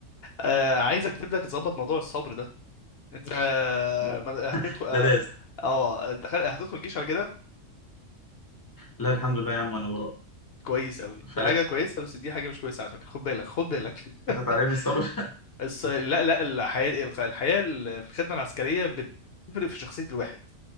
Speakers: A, on the left; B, on the left.
A: آه، عايزك تبدأ تظبط موضوع الصبر ده انت آه،
B: آه.
A: ما- هتدخل اه
B: ده لازم
A: آه، دخل- هتدخل جيش على كده
B: لا الحمد لله يا عم انا وراك
A: كويس قوي
B: فلت
A: دي حاجة كويسة بس دي حاجة مش كويسة على فكرة خد بالك خد بالك
B: كانت
A: <laughs>
B: هتعلمني الصبر <laughs>
A: الص... لا لا الحياة الحياة في الخدمة العسكرية بتفرق في شخصية الواحد